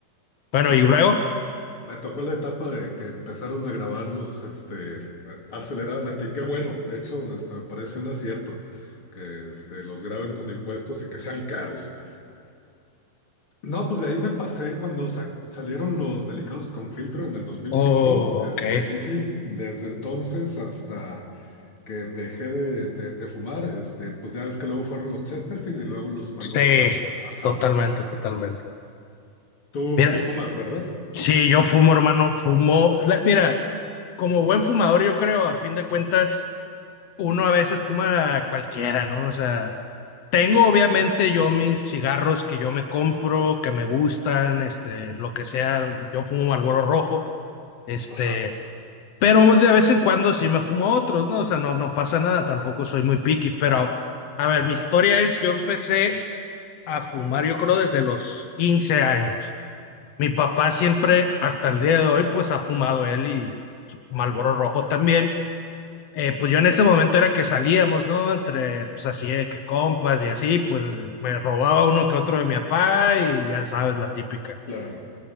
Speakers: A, on the left (about 65°); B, on the left (about 35°).
A: Bueno,
B: Sí,
A: y luego,
B: me tocó la etapa de que empezaron a grabarlos, este, aceleradamente, y qué bueno. De hecho, este, me parece un acierto que este, los graben con impuestos y que sean caros. No, pues de ahí me pasé cuando sa- salieron los Delicados con Filtro en el dos mil
A: oh,
B: cinco, este,
A: ok,
B: y sí, desde entonces hasta que dejé de, de- de fumar, este, pues ya ves que luego fueron los Chesterfield y luego los Marlboro
A: sí,
B: Craft. Ajá.
A: totalmente, totalmente.
B: Tú,
A: Mira,
B: tú fumas, ¿verdad?
A: sí, yo fumo, hermano, fumo, La- mira, como buen fumador, yo creo, a fin de cuentas uno a veces fuma cualquiera, ¿no? O sea, tengo obviamente yo mis cigarros que yo me compro, que me gustan, este, lo que sea, yo fumo Marlboro rojo, este,
B: Ajá,
A: pero de vez en cuando sí me fumo otros, ¿no? O sea, no, no pasa nada, tampoco soy muy picky, pero a ver, mi historia es, yo empecé a fumar, yo creo, desde los 15 años. Mi papá siempre, hasta el día de hoy, pues ha fumado él y Marlboro rojo también. Eh, pues yo en ese momento era que salíamos, ¿no? Entre, pues así, de que compas y así, pues me robaba uno que otro de mi papá y ya sabes, la típica.
B: claro.